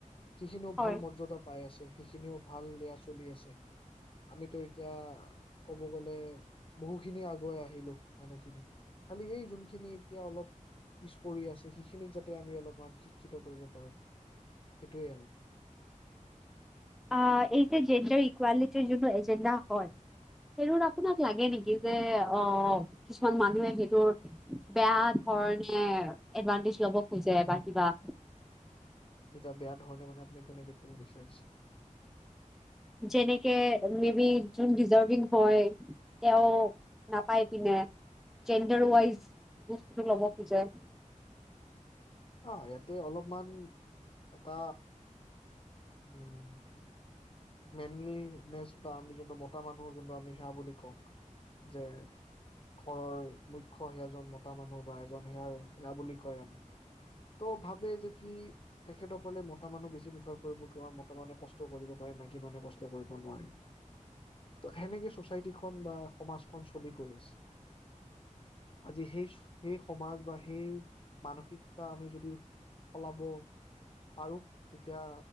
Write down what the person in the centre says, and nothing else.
হয়
অ' এই যে জেণ্ডাৰ ইকুৱেলিটিৰ যোনটো এজেণ্ডা হয়, সেইটো আপোনাক লাগে নেকি যে অ' কিছুমান মানুহে সেইটোৰ বেয়াধৰণে এদভান্টেজ ল'ব খোজে বা কিবা
যেনেকে মে বি জুন ডিজাৰভিং হয় তেওঁ নাপাই পিনে জেণ্ডাৰৱাইছ বস্তু ল'ব খোজে